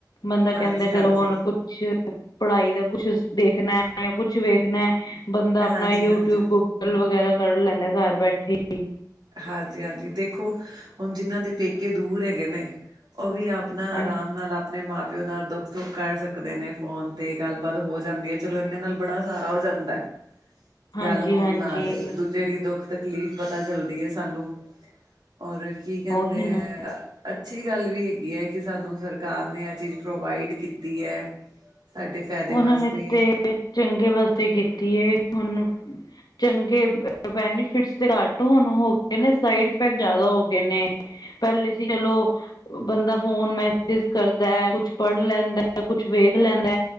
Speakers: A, on the left (about 65°); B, on the right (about 75°).
A: ਬੰਦਾ
B: ਹਾਂਜੀ
A: ਕਹਿੰਦਾ
B: ਹਾਂਜੀ
A: ਚਲੋ ਹੁਣ ਕੁਛ ਪੜ੍ਹਾਈ ਦਾ ਕੁਛ ਦੇਖਣਾ ਜਾਂ ਕੁਛ ਵੇਖਣਾ ਬੰਦਾ ਆਪਣਾ
B: ਹਾਂਜੀ
A: ਯੂਟਿਊਬ
B: ਹਾਂਜੀ
A: ਕੋ ਲ ਵਗੈਰਾ ਕੱਢ ਲੈਂਦਾ ਕਾਰ ਬੈਠੇ ਹੀ।
B: ਹਾਂਜੀ-ਹਾਂਜੀ, ਦੇਖੋ ਹੁਣ ਜਿਹਨਾਂ ਦੇ ਪੇਕੇ ਦੂਰ ਹੈਗੇ ਨੇ ਉਹ ਵੀ ਆਪ ਆਪਣਾ
A: ਹਾਂਜੀ
B: ਆਰਾਮ ਨਾਲ ਆਪ ਆਪਣੇ ਮਾਂ ਪਿਓ ਨਾਲ ਦੁੱਖ ਸੁੱਖ ਕਰ ਸਕਦੇ ਨੇ ਫੋਨ ਤੇ, ਗੱਲਬਾਤ ਹੋ ਜਾਂਦੀ ਐ। ਚਲੋ ਇੰਨੇ ਨਾਲ ਬੜਣਾ ਸਾਰਾ ਹੋ ਜਾਂਦਾ,
A: ਹਾਂਜੀ
B: ਗੱਲ ਹੋਣ
A: ਹਾਂਜੀ
B: ਨਾਲ ਇੱਕ ਦੂਜ ਜਿਹੜੀ ਦੁੱਖ ਤਕਲੀਫ਼ ਪਤਾ ਚੱਲਦੀ ਐ ਸਾਨੂੰ ਔਰ ਕੀ ਕਹਿੰਦੇ
A: ਉਹੀ ਨਾ
B: ਐ। ਅੱਛੀ ਗੱਲ ਵੀ ਹੈਗੀ ਐ ਕਿ ਸਾਨੂੰ ਸਰਕਾਰ ਨੇ ਆਹ ਚੀਜ਼ ਪ੍ਰੋਵਾਈਡ ਕੀਤੀ ਐ। ਸਾਡੇ ਫਾਇਦੇ
A: ਉਹਨਾਂ
B: ਵਾਸਤੇ
A: ਨੇ ਤੇ ਚੰਗੇ ਵਾਸਤੇ ਕੀਤੀ ਐ ਹੁਣ ਚੰਗੇ ਬੈਨੀਫਿਟਸ ਘੱਟ ਹੁਣ ਹੋ ਗਏ ਨੇ, ਸਾਈਡ ਇਫੈਕਟ ਜ਼ਿਆਦਾ ਹੋ ਗਏ ਨੇ।
B: ਹ <unintelligible>
A: ਪਹਿਲੇ ਸੀ ਚਲੋ। ਬੰਦਾ ਫੋਨ ਮੈਸੇਜ ਕਰਦਾ ਕੁਛ ਪੜ੍ਹ ਲੈਂਦਾ ਕੁਛ ਵੇਖ ਲੈਂਦਾ